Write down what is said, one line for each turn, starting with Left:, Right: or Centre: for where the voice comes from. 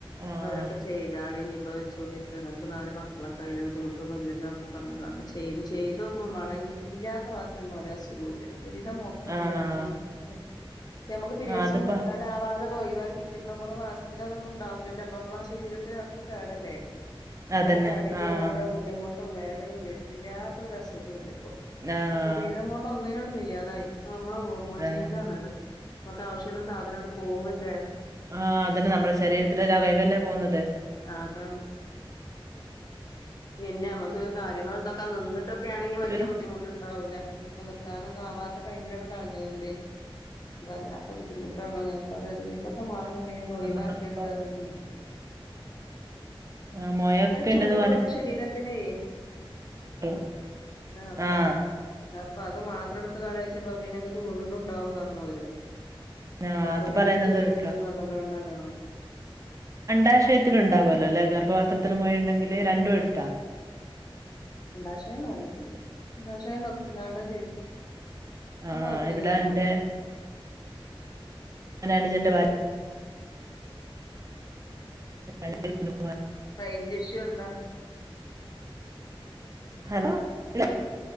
Right: ആഹ്.
Left: പ്പവരൊക്ക ചെയ്താ <unintelligible> വെച്ചൊണ്ടിക്ക നെക്ക് നാല് മക്കളൊക്കായില്ലേ ബുദ്ധിമുട്ടൊന്നുല്ല്യല്ലോക്കെ പറഞ്താണ് ചെയ്ത് ചെയ്തോക്ക് മക്കളെ ഇനിയിപ്പല്ല്യാത്ത വാക്കിയൊന്നറിയാസുഖോല്ല <unintelligible> മൊത്തം
Right: ആഹ്.
Left: വേ <unintelligible> നമ്മക്ക് പിരയഡ്സൊന്നും
Right: ആഹ് അതിപ്പ
Left: നിക്കാതെ <unintelligible> ദൊയ് വാക്കിട്ട് ഇപ്പ അമ്മക്ക് മാസത്തിൽ അതൊന്നും ണ്ടാവൂലല്ലോ അപ്പൊ നമ്മള ആ ശരീരത്തിനക്കെ കേടല്ലേ
Right: അതന്നെ.
Left: അങ്ങനെ തടി
Right: ആഹ്.
Left: കൂടാ ബുദ്ധിമുട്ട് ഒട്ടും വേദനെം വര്ത്തില്ലാത്തൊരസുഖോല്ല്യപ്പോ
Right: ആഹ്.
Left: ശരീരം കൊണ്ട് ഒന്നിനോണ്ടവയ്യാതായി നമ്മള ഹോർമോൺ
Right: ആഹ്.
Left: ചേഞ്ച് ആണല്ലോ നമുക്ക് ആവശ്യള്ള സാധനങ്ങട് പോവല്ലേ
Right: ആ അതന്നെ നമ്മളെ ശരീരത്തില ഒരവയവല്ലേ പോന്നത്
Left: അതാന്ന് പിന്നെ അമ്മക്ക് കാര്യങ്ങ <unintelligible> നിന്നിട്ടൊക്കെ ആണെങ്കി
Right: പറ്റൂല.
Left: വല്യ ബുദ്ധിമുട്ടൊണ്ടാവൂല്ല ഇപ്പൊ നിക്കാനൊന്നും ആ <unintelligible> ടൈമിനാണ് കളിഞ്ഞത്കൊണ്ടോയി <unintelligible> അല്ലാത്ത ബുദ്ധിമുട്ട് ട്ടാണോ ഞാൻ പറയാ ഒരു വിതൊക്കെ മാർഗണ്ടേ ഇതൊയ്
Right: നമ്മളിപ്പോ
Left: വാക്കര്ത് റയ്യാണ്
Right: ആ മോയൊക്കെണ്ട്ന്ന്
Left: ചൂടാണ് ശരീരത്തിനേ
Right: പറഞ്ഞിട്ട് <unintelligible>
Left: ആ അതാണെ
Right: ആഹ്.
Left: പ്പൊ അത് മാത്രം എടുത്ത് കളയ്ച്ചപ്പ പിന്നങ്ങക്ക് വീണ്ട്ണ്ടാവെന്ന് പറഞ്ഞവര്
Right: ആഹ്
Left: ആ അപ്പൊ
Right: അത്
Left: പിന്നീം
Right: പറയുന്നത്
Left: ചെയ്യേണ്ടിരുന്നറഞ്
Right: കേൾക്കാം.
Left: കാണ്ടാങ്ങണം
Right: പിത്താശയത്തിലൊണ്ടാവല്ലോ ല്ലെ ഗർഭപാത്രത്തില് മൊയേണ്ടെങ്കില് രണ്ടും എടുത്താ
Left: അണ്ടാശേം കളഞ്ഞ്ട്ടില്ല അണ്ടാശയം നിർത്തിക്കാണ്ടാ ചെയ്തു ഇപ്പൊ
Right: ആ
Left: കൊഴപ്പല്ല്യാർഞ്ഞു
Right: ഇവിടെന്റെ ന്റെ ന്ജന്റെ ഭാ <unintelligible>
Left: റയ്ഞ്ച് ഇഷ്യൂണ്ടോ.
Right: ഹലോ <unintelligible>